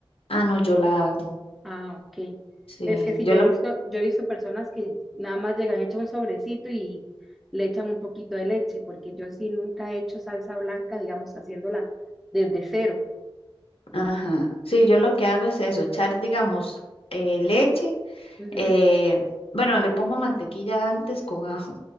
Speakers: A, on the left; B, in the centre.
A: Ah, no, yo la hago.
B: Ah, ok.
A: Sí,
B: Ves que sí,
A: yo
B: yo
A: lo,
B: he visto, yo he visto personas que nada más llegan, echan un sobrecito y le echan un poquito de leche, porque yo sí nunca he hecho salsa blanca, digamos, haciéndola desde cero.
A: ajá. Sí, yo lo que hago es eso, echar, digamos, eh, leche.
B: Ujú,
A: eh, bueno, le pongo mantequilla antes con ajo,